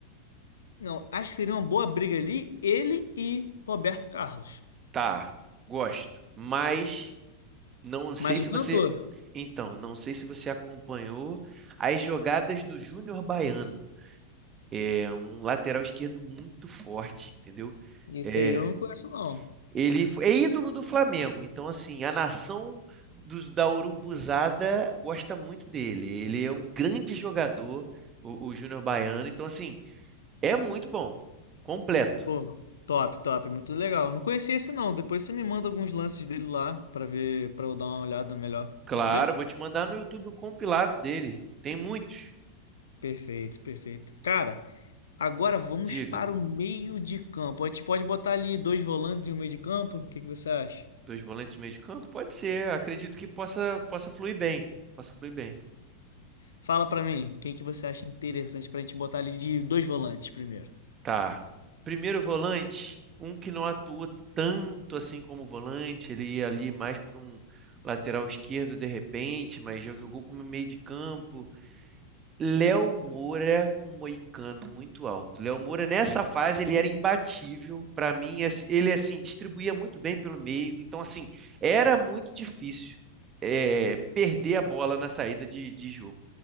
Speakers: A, on the left; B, on the right.
A: Não, acho que seria uma boa briga ali, ele e Roberto Carlos.
B: Tá, gosto, mas não sei
A: Mas
B: se
A: o cantor,
B: você, então, não sei se você acompanhou as jogadas do Júnior Baiano. É um lateral esquerdo muito forte, entendeu?
A: esse
B: É,
A: aí eu não conheço, não.
B: Ele é ídolo do Flamengo, então assim, a nação dos, da Urubuzada gosta muito dele. Ele é um grande jogador, o, o Júnior Baiano, então assim, é muito bom, completo.
A: Pô, top, top, muito legal. Não conhecia esse, não. Depois você me manda alguns lances dele lá pra ver, pra eu dar uma olhada melhor.
B: Claro,
A: Pode ser?
B: vou te mandar no YouTube um compilado dele. Tem muitos.
A: Perfeito, perfeito. Cara, agora vamos
B: Diga,
A: para o meio de campo. A gente pode botar ali dois volantes e um meio de campo? O que que você acha?
B: dois volantes no meio de campo? Pode ser, acredito que possa possa fluir bem. Possa fluir bem.
A: Fala pra mim, quem que você acha interessante pra gente botar ali de dois volantes primeiro?
B: Tá. Primeiro volante, um que não atua tanto assim como volante, ele ia ali mais para um lateral esquerdo de repente, mas já jogou como meio de campo. Léo Moura com Moicano muito alto. Léo Moura nessa fase ele era imbatível para mim, é assim, ele assim distribuía muito bem pelo meio, então assim, era muito difícil eh, perder a bola na saída de, de jogo